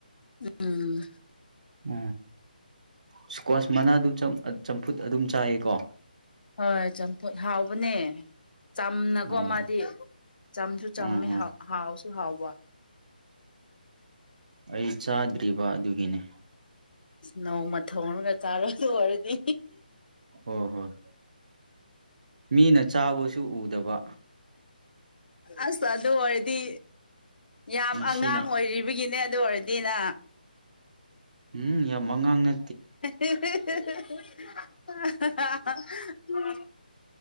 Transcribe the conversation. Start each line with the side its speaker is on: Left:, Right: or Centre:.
Left: ꯎꯝ
Right: ꯎꯝ ꯏꯁꯀ꯭ꯋꯥꯁ ꯃꯅꯥꯗꯨ ꯆꯝꯐꯨꯠ ꯑꯗꯨꯝ ꯆꯥꯏꯌꯦꯀꯣ
Left: ꯍꯣꯏ ꯆꯝꯊꯨꯠ ꯍꯥꯎꯕꯅꯦ ꯆꯝꯅꯀꯣ
Right: ꯑꯣ
Left: ꯃꯥꯗꯤ ꯆꯝꯁꯨ ꯆꯝꯃꯦ
Right: ꯑꯥ ꯑꯥ
Left: ꯍꯥꯎꯁꯨ ꯍꯥꯎꯕ
Right: ꯑꯩ ꯆꯥꯗ꯭ꯔꯤꯕ ꯑꯗꯨꯒꯤꯅꯤ
Left: ꯅꯧ ꯃ ꯊꯣꯡ ꯑꯃꯒ ꯆꯥꯔꯗ ꯑꯣꯏꯔꯗꯤ
Right: ꯍꯣꯏ ꯍꯣꯏ ꯃꯤꯅ ꯆꯥꯕꯁꯨ ꯎꯗꯕ
Left: ꯑꯁ ꯑꯗꯨ ꯑꯗꯨ ꯍꯗꯤ ꯌꯥꯝ
Right: ꯉꯁꯤꯅ
Left: ꯑꯉꯥꯡ ꯑꯣꯏꯔꯤꯕꯒꯤꯅꯦ ꯑꯗꯨ ꯑꯣꯏꯔꯗꯤꯅ
Right: ꯎꯝ ꯌꯥꯝ ꯃꯉꯥꯡꯅ
Left: <unintelligible>